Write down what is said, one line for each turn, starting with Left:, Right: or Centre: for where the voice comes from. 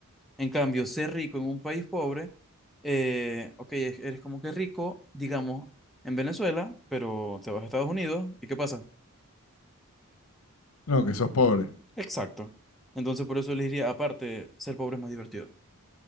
Centre: En cambio, ser rico en un país pobre, eh, ok, es- eres como que rico, digamos, en Venezuela, pero te vas a Estados Unidos, ¿y qué pasa?
Left: No, que sos pobre.
Centre: Exacto. Entonces, por eso les diría, aparte, ser pobre es más divertido.